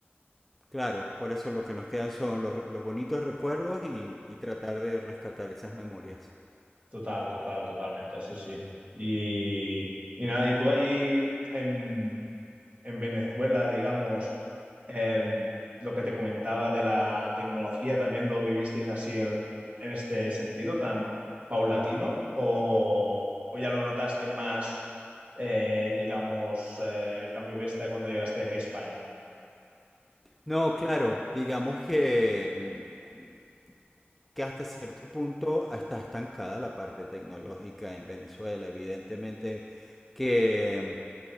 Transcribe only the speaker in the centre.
Claro, por eso lo que nos quedan son los, los bonitos recuerdos y, y tratar de rescatar esas memorias.
No, claro, digamos que, mm, que hasta cierto punto está estancada la parte tecnológica en Venezuela. Evidentemente que mm,